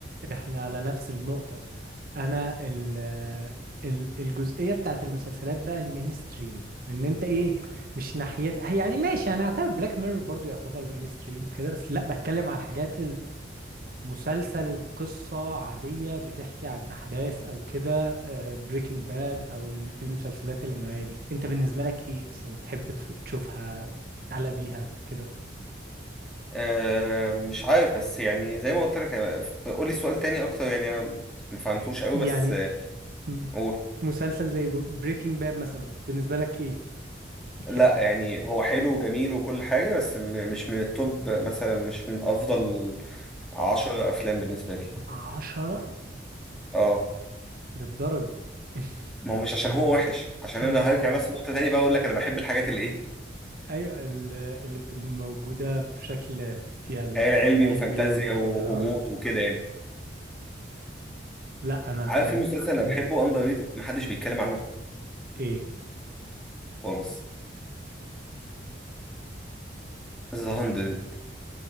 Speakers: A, on the right; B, in the centre.
A: احنا على نفس النقطة انا ال ال- الجزئية بتاعت المسلسلات بقى المينستريم لان انت ايه مش ناحيتها هي يعني ماشي انا اعتبر بلاك ميرور برضو يعتبر مينستريم كده بس لا بتكلم على الحاجات المسلسل قصة عادية بتحكي عن احداث او كده بريكنج باد او ال- المسلسلات اللي من النوعية دي انت بالنسبة لك ايه اصلا تحب تف- تشوفها تعلق بيها كده
B: أه مش عارف بس يعني زي ما قلت لك أنا- قولي السؤال تاني اكتر يعني انا ما فهمتوش قوي
A: يعني
B: بس آه،
A: م-
B: قول
A: مسلسل زي بريكنج باد مثلا بالنسبة لك ايه بتحبه
B: لا يعني هو حلو وجميل وكل حاجه بس م... مش من التوب مثلا مش من افضل عشر افلام بالنسبه لي
A: عشرة
B: اه
A: للدرجة <laughs>
B: ما هو مش عشان هو وحش عشان
A: مم.
B: انا هرجع نفس النقطه تاني بقى اقول لك انا بحب الحاجات اللي ايه
A: أيوة ال- اللي بتبقى موجودة بشكل فيها الخيال
B: خيال علمي
A: العلمي
B: وفانتازيا
A: والجو
B: وغموض
A: ده اه
B: وكده يعني
A: لا أنا
B: عارف
A: أنا
B: في مسلسل انا
A: مم.
B: بحبه اندر ريتد محدش بيتكلم عنه
A: إيه
B: خالص ذا 100